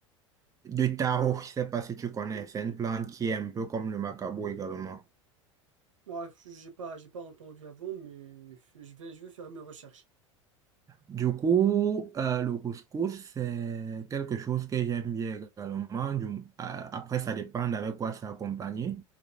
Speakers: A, on the right; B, on the right.
A: de taro. Je sais pas si tu connais, c'est une plante qui est un peu comme le macabo également.
B: Moi, j'ai pas, j'ai pas entendu avant, mais je vais, je vais faire mes recherches.
A: Du coup, euh, le couscous, c'est quelque chose que j'aime bien également. Du- euh, après, ça dépend avec quoi c'est accompagné.